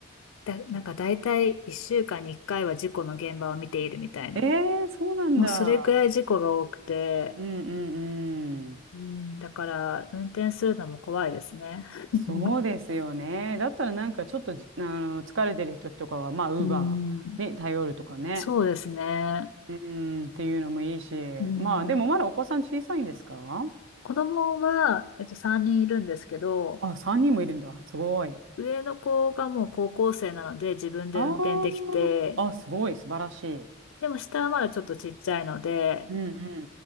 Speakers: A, on the left; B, on the right.
A: だ、なんか大体1週間に1回は事故の現場を見ているみたいな。
B: ええそうなんだ。
A: もうそれくらい事故が多くて、
B: うんうんうん。
A: うん、だから運転するのも怖いですね。<laughs>
B: そうですよね。だったらなんかちょっとじ、あの、疲れてる時とかは、まあ、ウーバーに頼るとかね。
A: うん、そうですね。
B: うーん、っていうのもいいし。
A: うん、
B: まあ、でもまだお子さん小さいんですか
A: 子供は、えっと、3人いるんですけど、
B: あ、3人もいるんだ。すごい。
A: 上の子がもう高校生なので自分で運転できて、
B: ああ、あ、すごい、素晴らしい。
A: でも下はまだちょっとちっちゃいので、
B: うんう